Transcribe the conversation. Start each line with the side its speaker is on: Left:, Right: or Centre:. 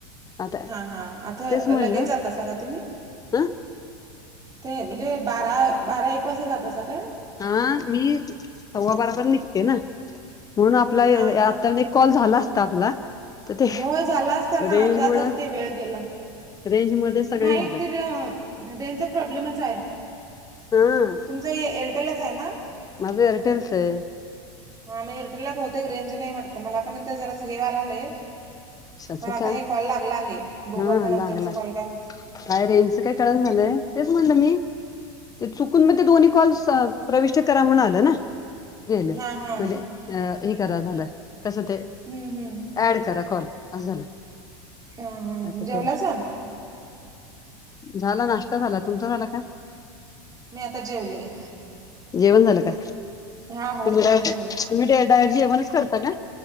Left: आता
Right: हा हा आता
Left: तेच म्हणलं
Right: लगेच जात सा का तुम्ही
Left: ह
Right: ते म्हणजे बारा बारा एक वास जातासा काय
Left: हा मी सव्वा बारापर्य निघते ना म्हणून आपला
Right: हां हां
Left: आता कॉल झाला असता आपला तर ते
Right: हो झाला असताना
Left: रेंज
Right: त्यातच
Left: मुळ
Right: ते वेळ गेला
Left: रेंज मध्ये सगळे
Right: नाही
Left: झालं
Right: तर रेनचा प्रॉब्लेमच आहे
Left: हा
Right: तुमचं हे एअरटेलच आहे ना
Left: माझं एअरटेल च आहे
Right: हा मी एअरटेल ला बहुतेक रेंज नाही वाटत मला पण आत्ता जरा स हे व्हायला लागलय
Left: कशाचं
Right: पण आता
Left: काय
Right: हे कॉल लागला आहे बघू
Left: हा
Right: आता नंतरचा
Left: लागला
Right: कॉल काय होत
Left: काय रेंजचं काय कळण झालंय तेच म्हणलं मी ते चुकून म ते दोन्ही कॉल् प्रविष्ट करा म्हणून आलं ना गेलं
Right: हां हां
Left: म्हणजे अ हे करा झालं कस ते
Right: हम्म हम्म
Left: ऍड करा कॉल अस झालं
Right: हां हां
Left: आता
Right: जेवलासा
Left: ते झाला नाश्ता झाला तुमचा झाला का
Right: मी आता जेवले
Left: जेवण झालं का
Right: हा हो
Left: तुम्ही
Right: जेवण
Left: डायरेक्ट
Right: झालं
Left: तुम्ही डायट जेवणच करता का